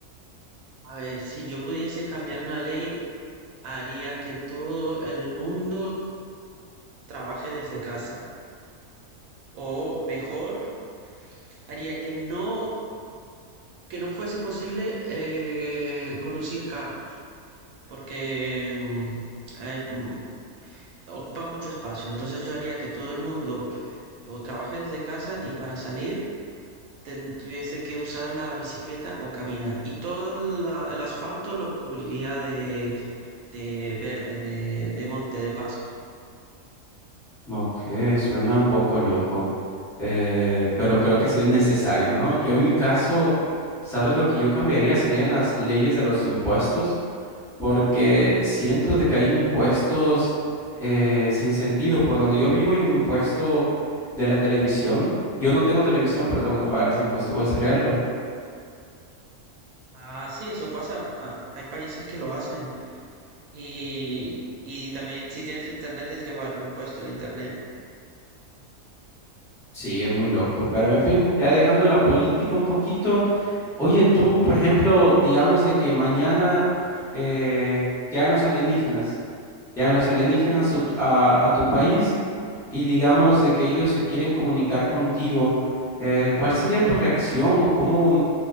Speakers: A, on the right; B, in the centre.
A: a ver, si yo pudiese cambiar una ley, haría que todo el mundo trabaje desde casa. O mejor, haría que no, que no fuese posible eh, conducir carros, porque mm, eh, mm, ocupan mucho espacio. Entonces yo haría que todo el mundo o trabaje desde casa y para salir ten- tuviese que usar la bicicleta o caminar. Y todo la- el asfalto lo cubriría de, de verde, de, de monte, de pasto.
B: Ok, suena un poco loco, eh, pero creo que sí es necesario, ¿no? Yo en mi caso, ¿sabes lo que yo cambiaría? Serían las leyes de los impuestos. porque siento de que hay impuestos eh, sin sentido. Por donde yo vivo hay un impuesto de la televisión. Yo no tengo televisión, pero tengo que pagar ese impuesto, ¿puedes creerlo?
A: Ah, sí, eso pasa. ah, hay países que lo hacen. Y, y también si tienes internet tienes que pagar impuesto al internet,
B: Sí, es muy
A: ¿no?
B: loco, pero en fin, ya dejando la política un poquito. Oye, tú, por ejemplo, digamos de que mañana eh, llegan los alienígenas, llegan los alienígenas a tu a- a tu país. y digamos de que ellos se quieren comunicar contigo, eh, ¿cuál sería tu reacción o cómo,